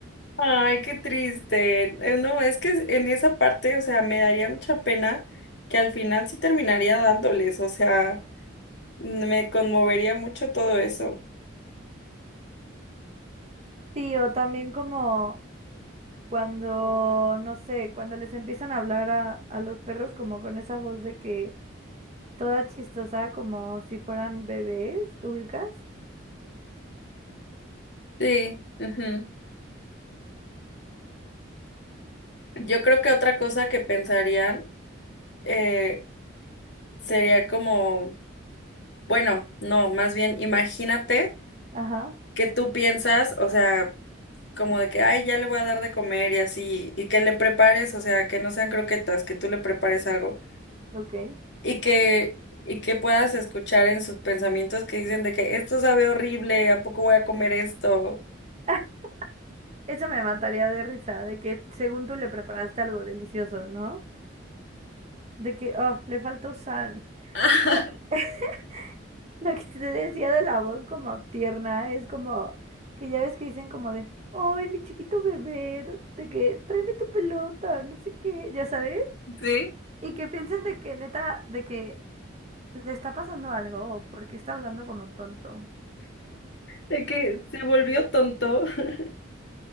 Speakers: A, on the left; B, on the right.
A: Ay, qué triste. Eh, No, es que en esa parte, o sea, me daría mucha pena que al final sí terminaría dándoles, o sea, me conmovería mucho todo eso.
B: Sí, o también como cuando, no sé, cuando les empiezan a hablar a, a los perros como con esa voz de que toda chistosa como si fueran bebés, ¿ubicas?
A: Sí, ujú. Yo creo que otra cosa que pensarían eh, sería como, bueno, no, más bien imagínate
B: Ajá,
A: que tú piensas, o sea, como de que, ay, ya le voy a dar de comer y así, y que le prepares, o sea, que no sean croquetas, que tú le prepares algo
B: ok.
A: y que y que puedas escuchar en sus pensamientos que dicen de que esto sabe horrible, ¿a poco voy a comer esto?
B: <laughs> Eso me mataría de risa, de que según tú le preparaste algo delicioso, ¿no? de que, oh, le faltó sal.
A: <laughs>
B: Pero <laughs> lo que te decía de la voz como tierna es como que ya ves que dicen como de, ay, mi chiquito bebé, do- de que tráeme tu pelota, no sé qué, ya sabes.
A: Sí.
B: Y que piensen de que neta, de que le está pasando algo o porque está hablando como tonto.
A: De que se volvió tonto. <laughs>